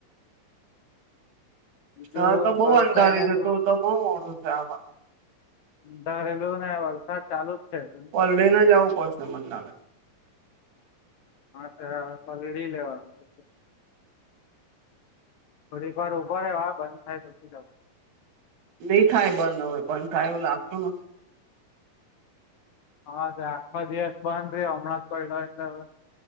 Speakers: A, on the left; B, on the right.
A: બીજું
B: ત્યા તો બઉ
A: પલ્પ
B: અંધારયુ
A: એના
B: છે,
A: જો
B: તો તો બઉ મોડુ થાય અમાર.
A: ધારેલુંને વરસાદ ચાલુ જ છે હજુ.
B: પલળીને જ આવું પડશે મન લાગે.
A: હા, તે હવે પલળડી લેવાનું તો તો. થોડીક વાર ઊભો રે વા બંધ થાય પછી જવ.
B: ની થાય બંધ હવે, બંધ થાય એવું લાગતું નથી.
A: હા જ આખા દિવસ બંધ રહ્યો, હમણા જ પડ્યો એટલે હવે